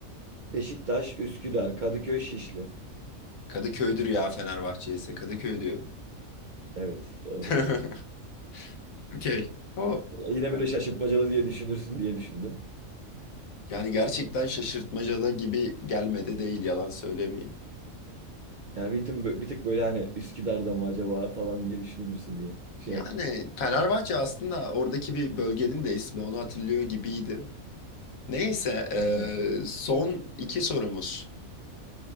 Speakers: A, on the right (about 55°); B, on the left (about 80°).
A: Beşiktaş, Üsküdar, Kadıköy, Şişli.
B: Kadıköy'dür ya Fenerbahçe ise Kadıköy diyorum.
A: Evet, doğru.
B: <laughs> Okey. O
A: Yine böyle şaşırtmacalı diye düşünürsün diye düşündüm.
B: yani gerçekten şaşırtmacalı gibi gelmedi değil yalan söylemeyeyim.
A: Yani bir tık, bir tık böyle hani Üsküdar'da mı acaba falan diye düşünür müsün diye şey
B: Yani
A: yaptım.
B: Fenerbahçe aslında oradaki bir bölgenin de ismi onu hatırlıyor gibiydim. Neyse eee,
A: Aynen.
B: son iki sorumuz.